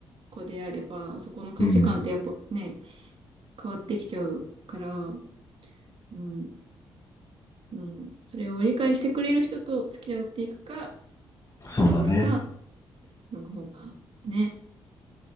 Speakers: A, on the right; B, on the left.
A: 子であれば、そこの価値観ってやっぱね、
B: うん
A: 変わってきちゃうから、うん、うん、それを理解してくれる人と付き合っていくか、
B: そうだね
A: 直すか、の方が、ね、